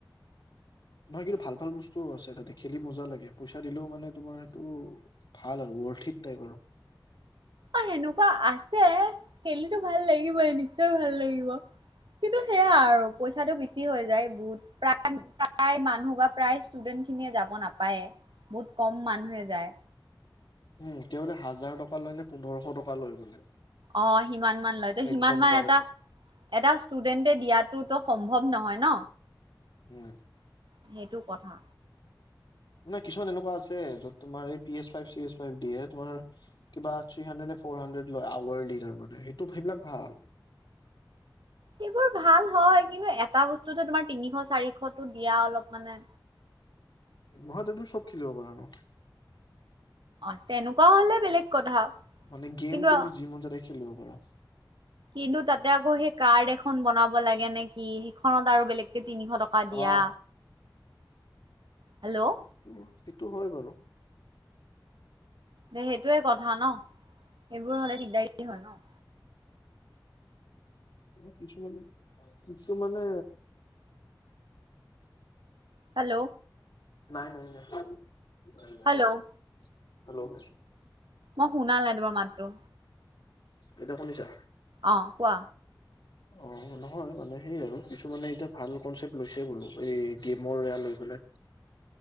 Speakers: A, on the left (about 65°); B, on the right (about 80°).
A: নহয় কিন্তু ভাল ভাল বস্তুও আছে তাতে। খেলি মজা লাগে। পইচা দিলেও মানে তোমাৰ এইটো ভাল আৰু উৰ্বতথিট টাইপ আৰু।
B: অ' সেনেকুৱা আছে। পিছে খেলিটো ভাল লাগিবই নিশ্চয় ভাল লাগিব। কিন্তু সেয়া আৰু পইচাটো বেছি হৈ যায়। বহুত প্ৰায় -প্ৰায় মানুহ বা প্ৰায় ষ্টুডেন্ট খিনিয়ে যাব নাপায় বহুত কম মানুহে যায়।
A: উ'ম তেওঁলোকে হাজাৰ টকা লয় নে পোন্ধৰশ টকা লয় বোলে।
B: অ' সিমান মান লয় ত
A: এক
B: সিমান
A: ঘন্টাৰ
B: মান এটা এটা ষ্টুডেন্টে দিয়াতোতো। সম্ভৱ নহয় ন।
A: উ'ম।
B: সেইটো কথা।
A: নাই, কিছুমান এনেকুৱা আছে য'ত তোমাৰ P S five, C S five দিয়ে। তোমাৰ ৰ্থীৰী হাৰ্টৰেট নে ফ'ৰ হাৰ্টৰেট লৈ আৱাৰ দি তাৰমানে, সেইবিলাক ভাল।
B: সেইবোৰ ভাল হয় কিন্তু এটা বস্তুটো তোমাৰ তিনিশ চাৰিশতো দিয়া অলপ মানে।
A: মইতো ত'ত চব খেলিব পাৰা ন।
B: অ' তেনেকুৱা হ'লে বেলেগ কথা
A: মানে গেম
B: কিন্তু
A: তুমি যি মন যায় তাকে খেলিব পাৰা। <unintelligible>
B: কিন্তু তাতে আকৌ সেই কাৰ্ড এখন বনাব লাগে নে কি সিখনত আৰু বেলেগ। তিনিশ টকা দিয়া।
A: অহ
B: হেল্ল'
A: সেইটো- সেইটো হয় বাৰু।
B: নাই সেই এইটোৱে কথা ন সেইবোৰ হ'লে দিগদাৰ হয় ন।
A: কিছুমানে- কিছুমানে
B: হেল্ল'।
A: নাই, নাই, নাই। <unintelligible>
B: Hello
A: hello.
B: মই শুনা নাই তোমাৰ মাতটো।
A: এতিয়া, শুনিছা?
B: অ', কোৱা।
A: অ' নহয় মানে সেই আৰু কিছু মানে এতিয়া ভাল কনচেপ্ট লৈছে বোলো। এই গেমৰ এয়া লৈ পেলাই।